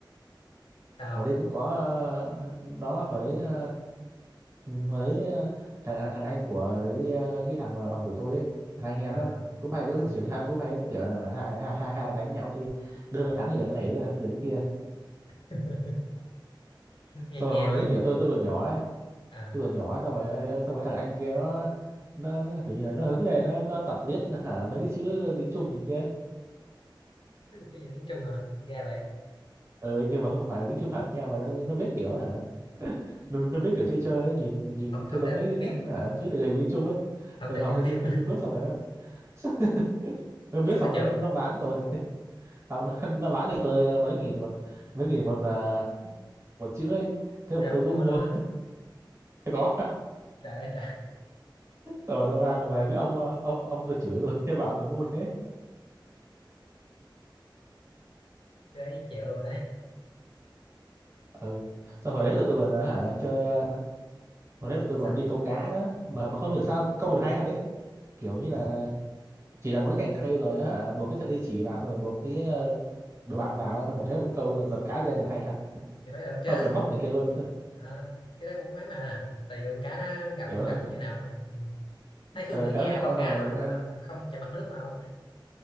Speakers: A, on the left (about 75°); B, on the right (about 35°).
A: sao
B: hồi đấy cũng có ờ, đó hồi đấy ờ, ừ, hồi đấy ờ, thằng à, thằng anh của cái, ờ, cái thằng mà bằng tuổi tôi ấy, hai anh em
A: Ờ,
B: á cũng hay có cái
A: ừ.
B: kiểu cũng hay có kiểu là hai hai hai hàng đánh nhau thì đứa là thắng thì được cái này đứa là thắng thì được cái kia
A: <laughs> nghe
B: xong
A: nghe
B: rồi hồi
A: vui
B: đấy
A: mà
B: kiểu tôi tôi còn nhỏ ấy
A: à
B: tôi còn nhỏ ấy, xong rồi ờ, xong rồi thằng anh kia nó nó kiểu như là nó hứng lên nó nó tập viết hả mấy cái chữ tiếng Trung này kia
A: bây giờ tiếng Trung à ra vậy
B: ừ, nhưng mà không phải là tiếng Trung thật nha mà nó nó viết kiểu hả nó, nó biết kiểu chơi chơi ấy, nhìn nhìn
A: học
B: cho
A: học
B: giống
A: theo
B: mấy
A: trên
B: nét
A: phim
B: ở
A: đúng không
B: chữ tự hình bên Trung ấy
A: học
B: rồi
A: theo
B: học
A: trên
B: theo
A: phim
B: phim phim
A: à.
B: Trung Quốc xong rồi nó <laughs> nó biết
A: <laughs> xong
B: xong
A: nó chưởng
B: nó nó bán tôi học nó, nó bán cho tôi ờ, mấy nghìn một mấy nghìn một là một chữ ấy thế
A: rồi
B: mà
A: ông
B: tôi
A: có
B: cũng
A: mua
B: mua
A: luôn hả
B: <laughs> có
A: trời ơi trời
B: xong rồi tôi mang về cái ông ờ, ông ông tôi chửi tôi <laughs> bảo mình ngu thế
A: cái đấy chẹo luôn đấy
B: ừ xong
A: không
B: hồi
A: không
B: đấy
A: ngờ
B: tụi tôi
A: ông
B: còn ờ, hả chơi ờ, hồi đấy tụi tôi
A: sao
B: còn đi câu cá đó mà mà không hiểu sao câu được hay thật đấy kiểu như là chỉ là một cái cành cây rồi á hả buộc cái sợi dây chỉ vào xong rồi buộc cái ờ, đồ ăn vào xong rồi thấy cũng câu giật cá lên được hay thật
A: thì phải được chứ
B: không cần móc này kia luôn
A: Ờ, cái đó cũng ấy mà tại vì con cá nó gặm
B: kiểu
A: gặm
B: đó
A: như nào nữa ừ. thấy Khương
B: ờ,
A: Tử Nha
B: cá nó gặm
A: câu
B: ra
A: cá
B: xong rồi
A: mà
B: ờ,
A: ờ, không chạm mặt nước mà không